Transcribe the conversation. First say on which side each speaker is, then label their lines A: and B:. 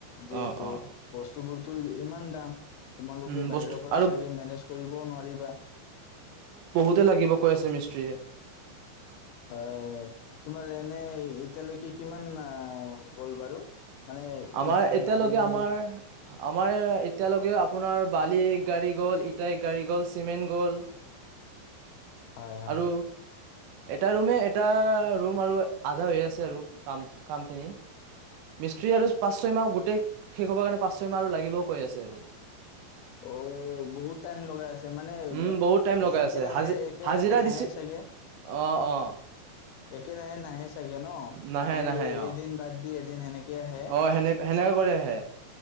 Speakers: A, on the left; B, on the right.
A: যিহেতু,
B: অ অ
A: বস্তুবোৰ টো ইমান দাম তোমালোকে
B: উম
A: বাহিৰৰ
B: বস্তু
A: পৰা
B: আৰু
A: চাগে মেনেজ কৰিবও নোৱাৰিবা।
B: তে লাগিব কৈ আছে মিস্ত্ৰীয়ে।
A: হয় তোমাৰ এনে এতিয়ালৈকে কিমান আ গ'ল বাৰু? মানে
B: আমাৰ
A: ইটা,
B: এতিয়ালৈকে
A: বালি।
B: আমাৰ আমাৰ এতিয়ালৈকে আপোনাৰ বালি এক গাড়ী গ'ল, ইটা এক গাড়ী গ'ল, চিমেণ্ট গ'ল।
A: হয়, হয়।
B: আৰু এটা ৰুমে, এটা ৰুম আৰু আধা হৈ আছে আৰু কাম কামখিনি। মিস্ত্ৰী আৰু পাঁচ ছয় মাহ গোটেই শেষ হ'বৰ কাৰণে পাঁচ ছয় আৰু লাগিব কৈ আছে।
A: অঁ বহুত টাইম লগাই আছে মানে
B: উম বহুত টাইম লগাই
A: একেৰাহে-
B: আছে হাজি
A: একেৰাহে
B: হাজিৰা
A: নাহে
B: দিছো
A: চাগে,
B: অ অ
A: একেৰাহে নাহে চাগে। ন
B: নাহে
A: মানে
B: নাহে
A: এই
B: অ
A: এদিন বাদ <unintelligible> এদিন সেনেকে আহে
B: অ সেনেকে সেনেকে কৰি আহে।